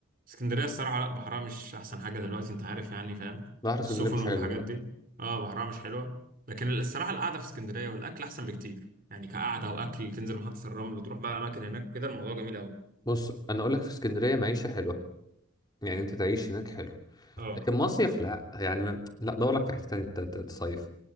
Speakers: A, on the right; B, on the left.
A: اسكندرية الصراحة لا بحرها مش أحسن حاجة دلوقتي أنت عارف يعني فاهم
B: بحر اسكندريه
A: السفن
B: مش
A: والحاجات
B: حلو لا
A: دي أه بحرها مش حلوة لكن الصراحة القعدة في اسكندرية والأكل أحسن بكتير يعني كقعدة وأكل تنزل محطة الرمل تروح بقى أماكن هناك وكده الموضوع جميل أوي
B: بص انا اقول لك في اسكندريه معيشه حلوه يعني انت تعيش هناك حلو
A: أه
B: لكن مصيف لا يعني ما... لا دور لك في حته تانية ت- ت- تصيف